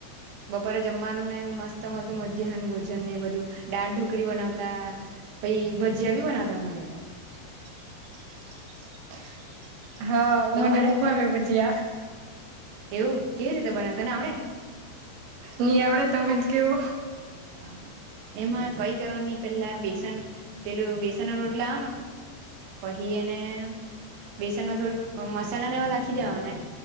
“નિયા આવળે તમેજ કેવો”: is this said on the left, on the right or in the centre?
Right